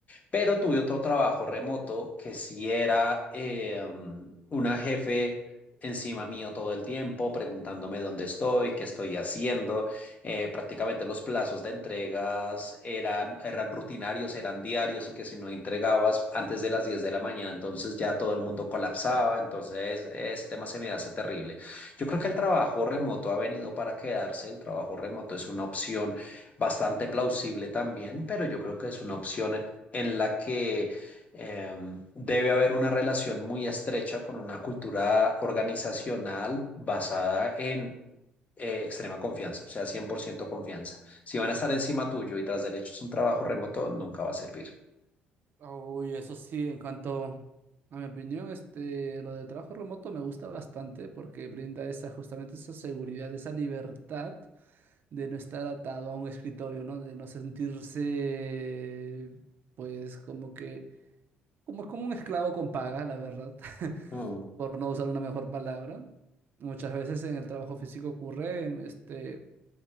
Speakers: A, on the left; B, on the right.
A: Pero tuve otro trabajo remoto que sí era eh, um, una jefe encima mío todo el tiempo, preguntándome dónde estoy, qué estoy haciendo. Eh, prácticamente los plazos de entregas eran, eran rutinarios, eran diarios y que si no entregabas antes de las 10 de la mañana, entonces ya todo el mundo colapsaba. Entonces, este tema se me hace terrible. Yo creo que el trabajo remoto ha venido para quedarse. El trabajo remoto es una opción bastante plausible también, pero yo creo que es una opción en la que em, debe haber una relación muy estrecha con una cultura organizacional basada en eh, extrema confianza, o sea, 100% confianza. Si van a estar encima tuyo y tras del hecho es un trabajo remoto, nunca va a servir.
B: Uy, eso sí, en cuanto a mi opinión, este, lo del trabajo remoto me gusta bastante porque brinda esa, justamente esa seguridad, esa libertad de no estar atado a un escritorio, ¿no? De no sentirse, pues, como que como es como un esclavo con paga, la verdad, <laughs>
A: Mm,
B: por no usar una mejor palabra. Muchas veces en el trabajo físico ocurren este,